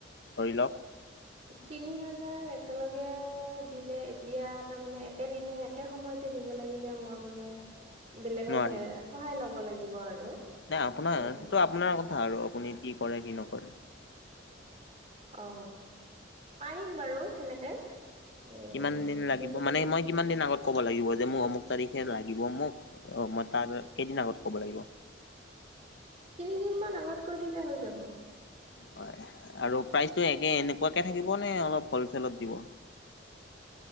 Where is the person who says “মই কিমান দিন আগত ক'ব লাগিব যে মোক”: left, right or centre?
Left